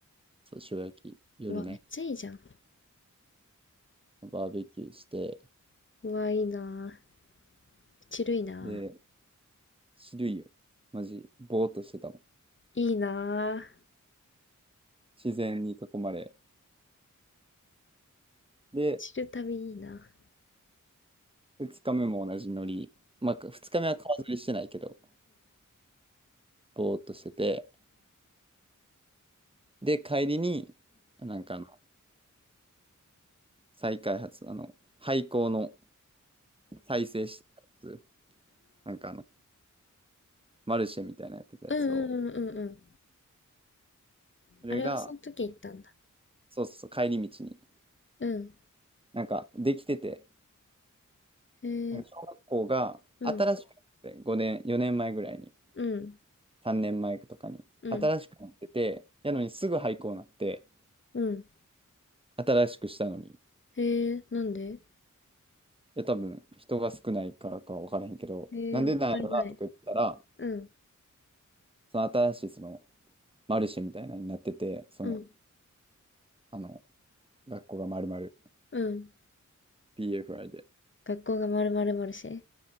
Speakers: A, on the right; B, on the left.
A: そう、塩焼き、夜ね、
B: うわ、めっちゃいいじゃん。
A: バーベキューして、
B: うわ、いいなぁ。チルいな
A: で、知るいよ。マジ、ぼーっとしてたもん。
B: ぁ。いいなぁ。
A: 自然に囲まれ。で、
B: チル旅いいな
A: 二日目も同じノリ。まあ、二日目は川釣りしてないけど、ぼーっとしてて。で、帰りに、なんかあの、再開発、あの、廃校の再生したやつ、なんかあの、マルシェみたいなやってたやつを、
B: うんうんうんうんうん。ああうんうんうんうんうん
A: それが、
B: あれはその時行ったんだ。
A: そうそうそう、帰り道に。
B: うん。
A: なんか、できてて、
B: へえ、
A: なんか小学校が新しくなってて、
B: うん、
A: 5年、4年前ぐらいに、
B: うん、
A: 3年前とかに、
B: うん、
A: 新しくなってて、やのにすぐ廃校になって、
B: うん。
A: 新しくしたのに、い
B: へえ、なんで
A: や、多分、人が少ないからか分からへんけど、
B: へえ、
A: なんでなんやろなとか言ってたら、
B: もったいない。うん、
A: その新しいそのマルシェみたいなのになってて、その、
B: うん、
A: あの、学校が丸々
B: うん。
A: PFI で、
B: 学校がまるまるマルシェ